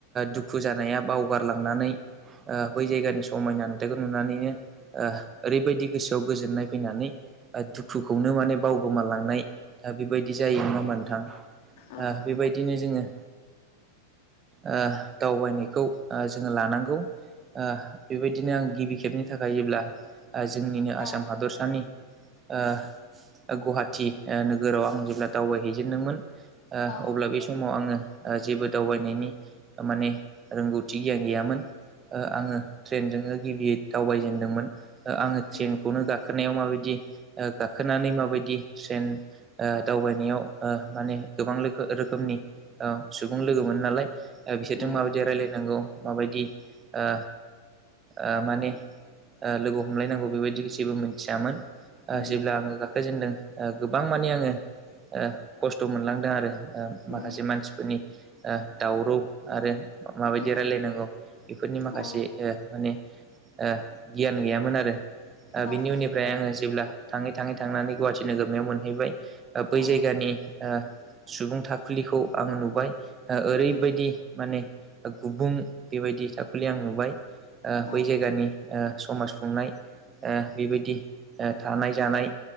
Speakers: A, on the right; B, on the left.
A: दुखु जानाया बावगारलांनानै ओ बै जायगानि समायना नुथायखौ नुनानैनो ओ ओरैबायदि गोसोआव गोजोननाय फैनानै ओ दुखुखौनो माने बावगोमालांनाय ओ बेबायदि जायो नङा होनबा नोथां
B: औ
A: ओ बेबायदिनो जोंङो ओ दावबायनायखौ ओ जोंङो लानांगौ ओ बेबायदिनो आं गिबि खेबनि थाखाय जेब्ला जोंनिनो
B: औ
A: आसाम हादरसानि ओ गुवाहाटि ओ नोगोराव आं जेब्ला दावबायहैजेनदोंमोन ओ
B: औ
A: अब्ला बे समाव आङो जोबोद दावबायनायनि माने रोंगौथि गियान गैयामोन। ओ आङो ट्रेनजोंनो गिबि दावबायजेनदोंमोन आङो ट्रेनखौनो
B: उम
A: गाखोनायाव माबायदि ओ गाखोनानै माबायदि ट्रेन ओ दावबायनायाव ओ माने गोबां रोखो रोखोमनि ओ सु बुं लोगो मोन नालाय बिसोरजों
B: उम
A: माबायदि रायलायनांगौ माबायदि ओ ओ माने ओ लोगो हमलायनांगौ बेबायदि जेबो मिथियामोन ओ
B: उम
A: जेब्ला आङो फैजेनदों गोबां माने आङो ओ खस्थ' मोनलांदों आरो।
B: उम
A: माखासे मानसिफोरनि ओ दावराव आरो माबायदि
B: उम
A: रायलायनांगौ बेफोरनि माखासे
B: औ
A: ओ माने ओ गियान गैयामोन आरो
B: औ
A: बिनि उनाव ओमफ्राय आङो जेब्ला थाङै थाङै थांनानै गुवाहाटि नोगोरमायाव मोनहैबाय बै
B: उम औ
A: जायगानि ओ सुबुं थाखुलिखौ आङो नुबाय ओरैबायदि
B: उम
A: माने गुबुं बेबायदि थाखोनि आं नुबाय। ओ
B: उम
A: बै
B: औ
A: जायगानि ओ समाज खुंनाय ओ बेबायदि ओ थानाय जानाय